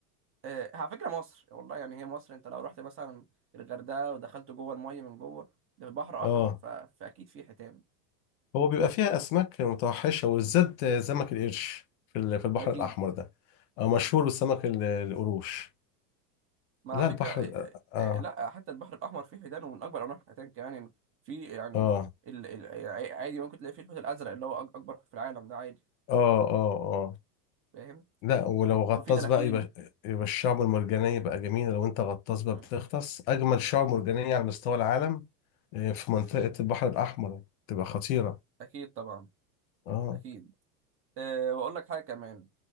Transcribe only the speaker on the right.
آه، على فكره مصر والله يعني هي مصر انت لو رحت مثلا الغردقه ودخلت جوه الميه من جوه ده بحر
احمر ف... فاكيد في حيتان
اكيد
ما على
فكره
آه،
آه، آه، لا حتى البحر الاحمر فيه حيتان ومن اكبر انواع الحيتان كمان يعني في يعني
ال... ال... عادي ممكن تلاقي فيه الحوت الازرق اللي هو أك- اكبر حوت في العالم ده عادي
فاهم
وفي دلافين
مم.
اكيد طبعا
اكيد أه واقول لك حاجه كمان